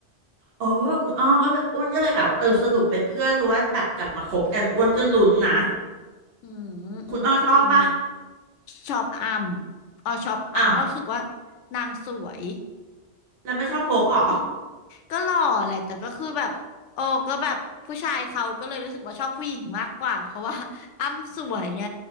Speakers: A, on the right; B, on the left.
A: เออคุณอ้อก็เลยอ้วนก็เลยแบบเออสรุปเป็นเพื่อนหรู้ว่าแบบกลับมาคบกันอ้วนก็ลุ้นนะ
B: อืมอืมก็จริง
A: คุณอ้อชอบปะ
B: ชอบอัมอ้อชอบอัมอ้อรู้สึกว่า
A: อ้าว
B: นางสวย
A: แล้วไม่ชอบโพกเหรอ
B: ก็หล่อแหละแต่ก็คือแบบโอ้ก็แบบผู้ชายเขาก็เลยรู้สึกว่าชอบผู้หญิงมากกว่าเพราะว่า <laughs> อ้ำสวยไง